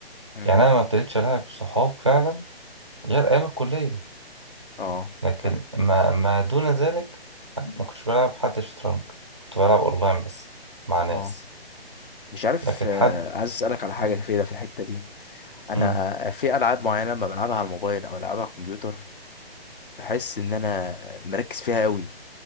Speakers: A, on the left; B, on the right.
A: امم
B: يعني انا ما ابتديتش العب صحاب فعلا غير ايام الكلية
A: اه
B: لكن
A: فعلا.
B: ما, ما دون ذلك ما كنتش بلعب حد شطرنج كنت بلعب اونلاين بس مع ناس
A: اه مش عارف
B: لكن
A: آه،
B: حد
A: عايز اسالك على حاجه
B: آه.
A: كده في الحته دي انا
B: مم.
A: في العاب معينه لما بلعبها على الموبايل او العبها على الكمبيوتر بحس ان انا مركز فيها قوي